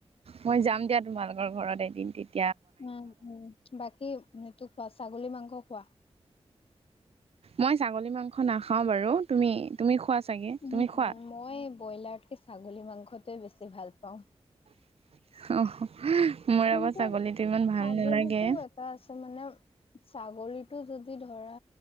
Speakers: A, on the right (about 65°); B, on the left (about 55°).
A: মই যাম দিয়া তোমালোকৰ ঘৰত এদিন, দিনত।
B: উম, উম, বাকী সেটো খোৱা ছাগলী মাংস খোৱা।
A: মই ছাগলী মাংস নাখাও বাৰু, তুমি তুমি খোৱা চাগে তুমি
B: উম
A: খোৱা
B: মই ব্ৰইলাৰতকে ছাগলী মাংসটোৱে বেছি ভাল পাওঁ।
A: অ' মোৰ
B: কিন্তু
A: আকৌ ছাগলীটো ইমান ভাল
B: ছাগলীতো
A: নালাগে
B: এটা আছে মানে ছাগলীটো যদি ধৰা